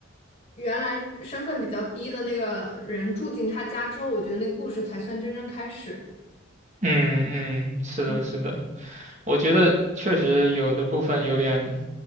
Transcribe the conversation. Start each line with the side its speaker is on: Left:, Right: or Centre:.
Left: 原来身份比较低的那个人住进他家之后，我觉得那个故事才算真正开始。
Right: 嗯嗯，是的，
Left: 嗯
Right: 是的。我觉得确实有的部分有点